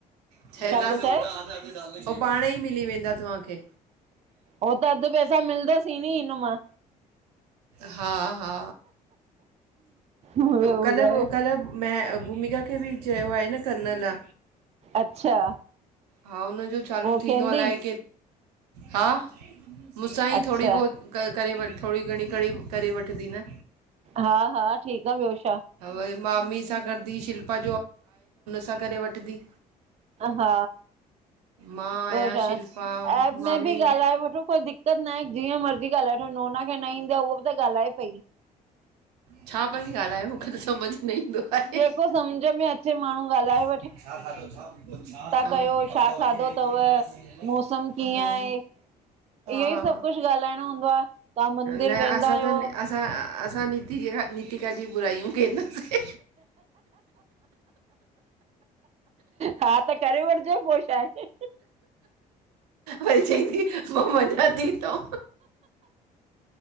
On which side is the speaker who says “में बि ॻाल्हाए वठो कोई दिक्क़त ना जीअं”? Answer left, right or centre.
Right